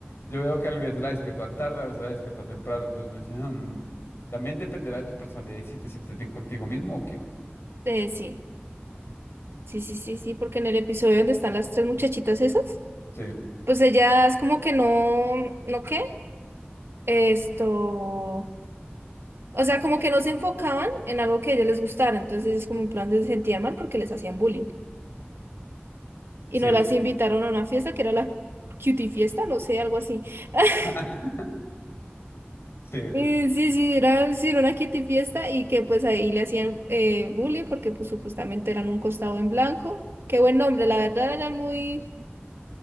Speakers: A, on the left; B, on the right.
A: yo veo que a veces la despiertan tarde, a veces la despiertan temprano, entonces uno dice, "Hmm, también dependerá de tu personalidad y si te sientes bien contigo mismo o qué.
B: Eh, sí. Sí, sí, sí, sí, porque en el episodio donde están las tres muchachitas esas,
A: Sí,
B: pues ellas como que no, ¿no qué? Esto, o sea, como que no se enfocaban en algo que a ellas les gustara, entonces es como en plan se sentían mal porque les hacían bullying. Y
A: sí.
B: no las invitaron a una fiesta que era la cutie fiesta, no sé, algo así. <laughs>
A: <laughs> Sí,
B: Eh, sí, sí, era, sí, era una cutie fiesta y que pues ahí le hacían eh, bullying porque pues supuestamente eran un costado en blanco. Qué buen nombre, la verdad eran muy,